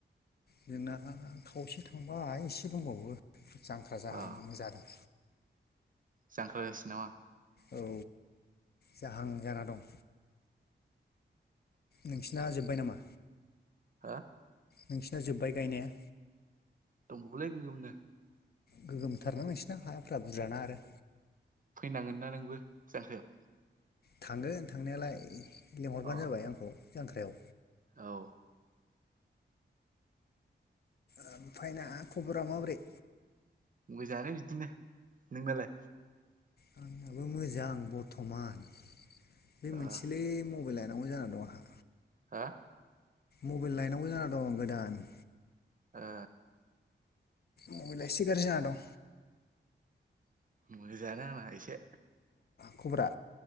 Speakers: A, on the left; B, on the right.
A: जोंना खावसे थांबाय एसे दंबावो जांख्रा जाहां
B: अ
A: जादों
B: जांख्रा जासिगोन नामा?
A: औ जाहां जाना दं नोंसिना जोब्बाय नामा?
B: हा
A: नोंसिना जोब्बाय गायनाया
B: दंबयोलै गोगोमनो
A: गोगोमथारना नसोरना हायाफ्रा बुरजाना आरो
B: फैनांगोन ना नोंबो जांख्रियाव
A: थांगोन थांनायालाय लिंहरबानो
B: अ
A: जाबाय आंखौ जांख्रायाव
B: औ
A: ओमफ्राय ना खबरा माब्रै
B: मोजांनो बिदिनो नोंनालाय
A: हाबो मोजां बर्थमान बे मोनसेलै
B: ओ
A: मबाइल आ थनांगौ जाना दं आंहा
B: हा
A: मबाइल लायनांगौ जाना दं गोदान
B: ए
A: मबेला एसे गारजि जाना दं
B: मोजांनो आंना इसे
A: खब्रा